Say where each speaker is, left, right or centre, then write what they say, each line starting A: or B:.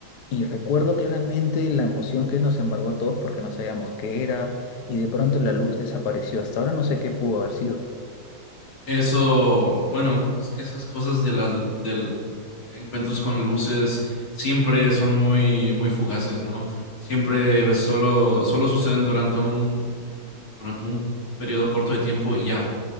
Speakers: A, on the left (about 60°); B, on the left (about 85°).
A: Y recuerdo claramente la emoción que nos embargó a todos porque no sabíamos qué era y de pronto la luz desapareció. Hasta ahora no sé qué pudo haber sido.
B: Eso, bueno, es que esas cosas de las del encuentros con luces siempre son muy muy fugaces, ¿no? Siempre solo solo suceden durante un durante un periodo corto de tiempo y ya